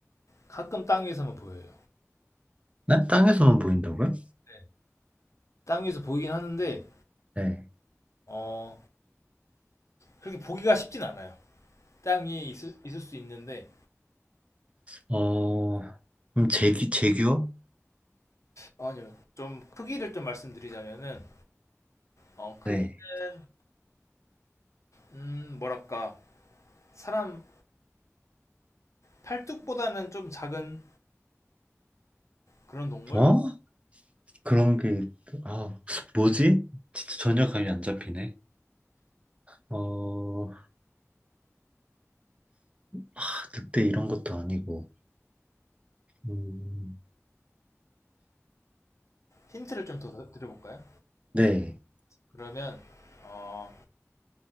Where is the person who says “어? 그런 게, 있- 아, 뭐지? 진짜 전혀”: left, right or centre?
Right